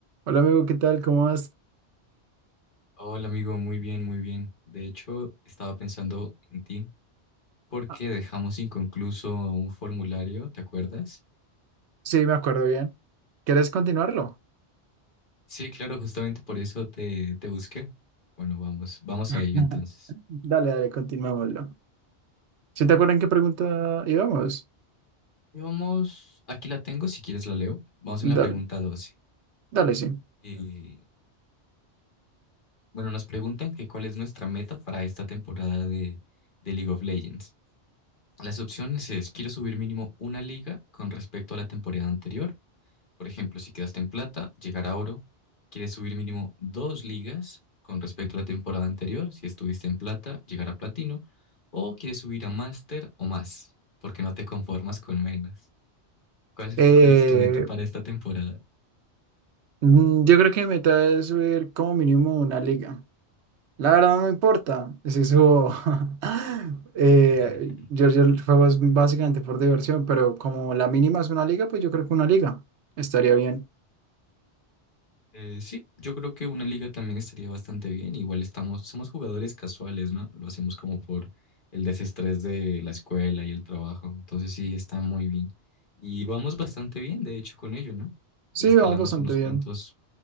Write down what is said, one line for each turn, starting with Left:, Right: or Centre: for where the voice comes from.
Right: Hola amigo, ¿qué tal? ¿Cómo vas?
Left: Hola amigo, muy bien, muy bien. De hecho, estaba pensando en ti porque
Right: Ah,
Left: dejamos inconcluso un formulario, ¿te acuerdas?
Right: Sí, me acuerdo bien. ¿Quieres continuarlo?
Left: Sí, claro, justamente por eso te, te busqué. Bueno, vamos, vamos
Right: <laughs>
Left: a ello entonces.
Right: Dale, dale, continuámoslo. ¿Sí te acuerdan qué pregunta íbamos?
Left: Y vamos, aquí la tengo, si quieres la leo. Vamos
Right: Dale,
Left: en la pregunta 12.
Right: dale, sí.
Left: Y bueno, nos preguntan que cuál es nuestra meta para esta temporada de, de League of Legends. Las opciones es, quiero subir mínimo una liga con respecto a la temporada anterior Por ejemplo, si quedaste en plata, llegar a oro, quieres subir mínimo dos ligas con respecto a la temporada anterior. Si estuviste en plata, llegar a platino. O quieres subir a máster o más, porque no te conformas con menos. ¿Cuál,
Right: Eh,
Left: <laughs> cuál es tu meta para esta temporada?
Right: mm, yo creo que mi meta es subir como mínimo una liga. La verdad no me importa si subo. <laughs> Eh,
Left: <laughs>
Right: yo, yo juego es básicamente por diversión, pero como la mínima es una liga, pues yo creo que una liga estaría bien.
Left: Eh, sí, yo creo que una liga también estaría bastante bien. Igual estamos, somos jugadores casuales, ¿no? Lo hacemos como por el desestrés de la escuela y el trabajo. Entonces sí, está muy bien. Y vamos bastante bien, de hecho, con ello, ¿no?
Right: Sí,
Left: Ya escalamos
Right: vamos bastante
Left: unos
Right: bien.
Left: cuantos,